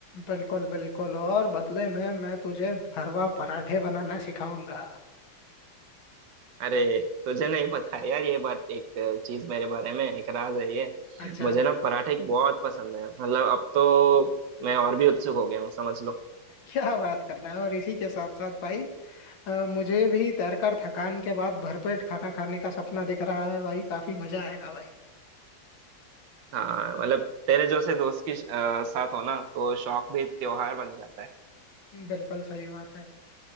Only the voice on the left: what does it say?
बिल्कुल बिल्कुल और बदले में मैं तुझे भरवा पराठे बनाना सिखाऊंगा
अच्छा
क्या बात कर रहा है और इसी के साथ साथ भाई अ, मुझे भी तैरकर थकान के बाद भरपेट खाना खाने का सपना दिख रहा है भाई काफी मजा आएगा भाई
बिल्कुल सही बात है